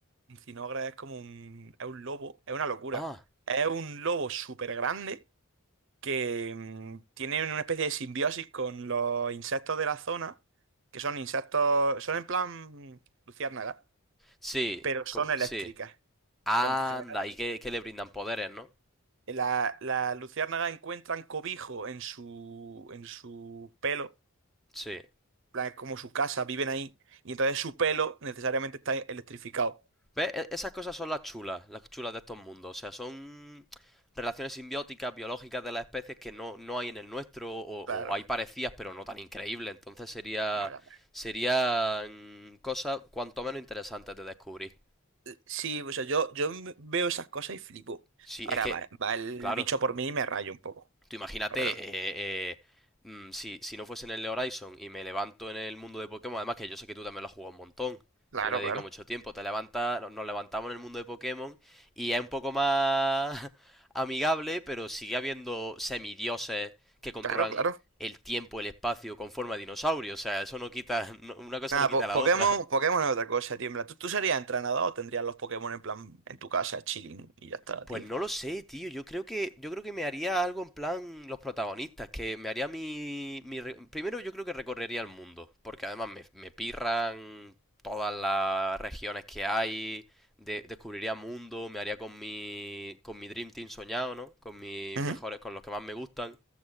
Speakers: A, on the right; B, in the centre.
A: Un cinogre es como un... es un lobo, es una locura.
B: Ah,
A: Es un lobo súper grande que mm, tiene una especie de simbiosis con los insectos de la zona, que son insectos, son en plan mm, luciérnagas,
B: sí,
A: pero son
B: como,
A: eléctricas.
B: sí. Anda,
A: En plan, general,
B: y que, que le brindan poderes, ¿no?
A: La, la luciérnaga encuentran cobijo en su, en su pelo,
B: Sí.
A: en plan, es como su casa, viven ahí, y entonces su pelo necesariamente está electrificado.
B: ¿Ves? E- Esas cosas son las chulas, las chulas de estos mundos. O sea, son relaciones simbióticas, biológicas de las especies que no, no hay en el nuestro, o,
A: Claro.
B: o hay parecidas, pero no tan increíbles. Entonces sería,
A: No, ya.
B: serían cosas cuanto menos interesantes de descubrir.
A: ves. Sí, o sea, yo, yo m- veo esas cosas y flipo.
B: Sí,
A: Ahora
B: es que,
A: va, va el
B: claro.
A: bicho por mí y me rayo un poco,
B: Tú imagínate,
A: la verdad.
B: eh, eh, mm, si, si no fuese en el Horizon y me levanto en el mundo de Pokémon, además que yo sé que tú también lo has jugado un montón,
A: Claro,
B: también lo has
A: claro.
B: dedicado mucho tiempo, te levantas, no- nos levantamos en el mundo de Pokémon y es un poco más <laughs> amigable, pero sigue habiendo semidioses que controlan
A: Claro, claro.
B: el tiempo, el espacio con forma de dinosaurio, o sea, eso no quita, <laughs> no- una cosa
A: Nada,
B: no quita
A: po-
B: la
A: Pokémon,
B: otra.
A: Pokémon es otra cosa, tío. En plan, ¿tú, tú serías entrenador o tendrías los Pokémon en plan en tu casa, chilling y ya está,
B: Pues
A: tío?
B: no lo sé, tío. Yo creo que, yo creo que me haría algo en plan los protagonistas, que me haría mi, mi re- Primero yo creo que recorrería el mundo, porque además me, me pirran todas las regiones que hay, de- descubriría mundo, me haría con mi, con mi Dream Team soñado, ¿no? Con mis
A: Ujú.
B: mejores, con los que más me gustan.